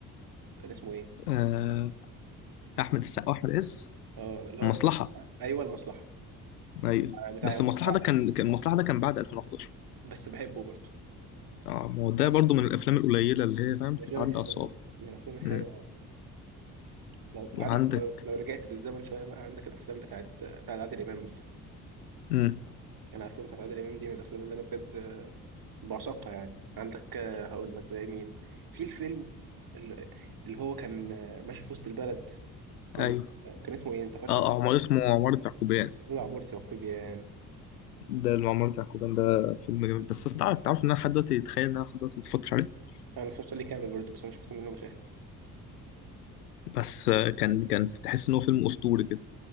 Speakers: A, on the right; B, on the left.
A: كان اسمه ايه
B: آه... احمد السقا واحمد عز
A: اه اللي هو
B: مصلحه
A: كان بتاع- ايوه المصلحة
B: ايوه
A: بتاع
B: بس
A: يوم
B: المصلحه
A: الساعة
B: ده كان كان المصلحه ده كان بعد 2011
A: بس بحبه برضه
B: اه ما هو ده برضو من الافلام القليله اللي هي فاهم
A: من
B: تتعدى
A: الافلام الحلوة
B: على الصوابع
A: من الافلام الحلوة
B: امم
A: لو- وعندك
B: وعندك
A: لو لو رجعت بالزمن شوية بقى عندك الافلام بتاعت بتاعت عادل امام مثلا
B: امم
A: انا الافلام بتاعت عادل امام دي من الافلام اللي انا بجد بعشقها يعني عندك آه، هقول لك زي مين في الفيلم ال- اللي هو كان آه، ماشي في وسط البلد وكان
B: ايوه
A: اسمه ايه انت فاكره؟
B: اه عمر اسمه عمارة يعقوبيان
A: هو عمارة يعقوبيان
B: ده اللي عمارة يعقوبيان ده فيلم جميل بس أصل تعرف تعرف ان انا لحد دلوقتي اتخيل ان انا لحد دلوقتي ما اتفرجتش عليه
A: انا مش عليه كامل برضه بس انا شفت منه مشاهد
B: بس آه، كان كان تحس ان هو فيلم اسطوري كده